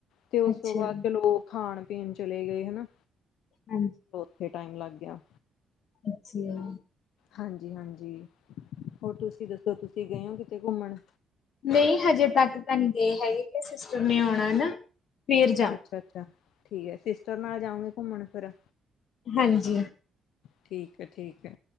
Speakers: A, on the left; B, on the left.
A: ਤੇ ਉਸ
B: ਅੱਛਾ
A: ਤੋਂ ਬਾਅਦ
B: ਜੀ,
A: ਚਲੋ ਉਹ ਖਾਣ-ਪੀਣ ਚਲੇ ਗਏ ਹਨਾ।
B: ਹਾਂਜੀ,
A: ਉੱਥੇ ਟਾਈਮ ਲੱਗ ਗਿਆ।
B: ਅੱਛਿਆ।
A: ਹਾਂਜੀ- ਹਾਂਜੀ ਹੋਰ ਤੁਸੀਂ ਦੱਸੋ ਤੁਸੀਂ ਗਏ ਹੋ ਕਿਤੇ ਘੁੰਮਣ?
B: ਨਹੀਂ ਹਜੇ ਤੱਕ ਤਾਂ ਨੀ ਗਏ ਹੈਗੇ ਸਿਸਟਰ ਨੇ ਆਉਣਾ ਨਾ ਫੇਰ ਜਾਮਾ।
A: ਅੱਛਾ-ਅੱਛਾ ਠੀਕ ਹੈ ਸਿਸਟਰ ਨਾਲ ਜਾਓਗੇ ਘੁੰਮਣ ਫਿਰ?
B: ਹਾਂਜੀ।
A: ਠੀਕ ਏ-ਠੀਕ ਏ,